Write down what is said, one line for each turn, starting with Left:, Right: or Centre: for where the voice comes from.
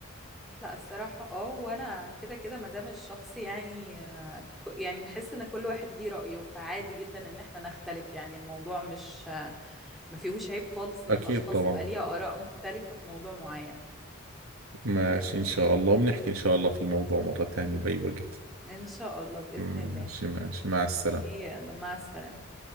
Centre: لا الصراحة اه وانا كده كده ما دام الشخص يعني آه، ك- يعني بحس ان كل واحد ليه رأيه فعادي جدا ان احنا نختلف يعني الموضوع مش آه، ما فيهوش عيب خالص ان
Right: أكيد
Centre: الاشخاص
Right: طبعا
Centre: يبقى ليها آراء مختلفة في موضوع معين
Right: ماشي إن شاء الله وبنحكي إن شاء الله في الموضوع مرة ثانية بأي وقت
Centre: ان شاء الله بإذن
Right: ماشي
Centre: الله
Right: ماشي مع السلامة
Centre: يلا مع السلامة